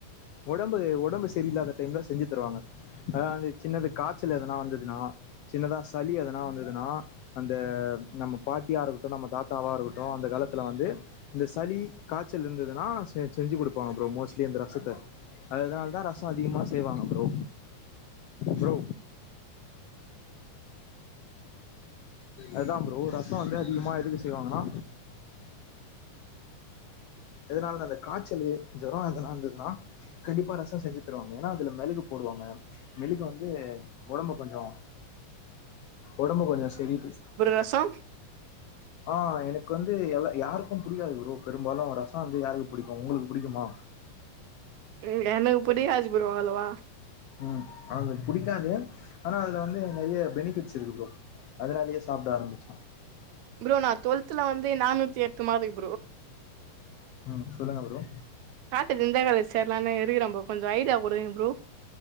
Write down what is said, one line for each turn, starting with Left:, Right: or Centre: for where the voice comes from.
Left: உடம்பு உடம்பு செரியில்லாத டைம்ல செஞ்சு தருவாங்க அதான்ந்த சின்னது காய்ச்சல் எதனா வந்ததுன்னா சின்னதா சளி எதனா வந்ததுன்னா அந்த நம்ம பாட்டியா இருக்கட்டு நம்ம தாத்தாவாக இருக்கட்டு அந்த காலத் துல வந்து இந்த சளி காய்ச்சல் இருந்ததுனா செ செஞ்சு குடுப்பாங்க ப்ரோ மோஸ்ட்லி அந்த ரசத்த அதனால தா ரசோஅதிகமா செய்வாங்க ப்ரோ ப்ரோ அதுதா ப்ரோ ரசோ வந்து அதிகமா எதுக்கு செய்வாங்கனா எதனால அந்த காய்ச்சலு ஜொரோ எதனா இருந்ததுனா கண்டிப்பா ரச செஞ்சு தருவாங்க ஏனா அதுல மெளகு போடுவாங்க மெளுகு வந்து உடம்பு கொஞ்சோ உடம்பு கொஞ்சோ செரி
Right: ரசம்
Left: ஆ எனக்கு வந்து எல்லா யாருக்கு புடிக்காது ப்ரோ பெரும்பாலு ரசோ வந்து யாருக்கு புடிக்கு உங்ளுக்கு புடிக்குமா
Right: ம் எனக்கு புடிக்காது ப்ரோ அவ்ளவா
Left: ம் அது புடிக்காது ஆனா அதுல வந்து நெறைய பெனிபிட்ஸ் இருக்கு ப்ரோ அதனாலேயே சாப்பிட ஆரம்பிச்சே
Right: ப்ரோ நா டுவெல்த்துல வந்து நானூத்தி எட்டு மாருக்
Left: ம் சொல்லுங்க ப்ரோ
Right: பாத்துட்டு எந்த காலேஜ் சேர்லாம்னு இருக்கிற ப்ரோ கொஞ்சோ ஐடியா குடுங்க ப்ரோ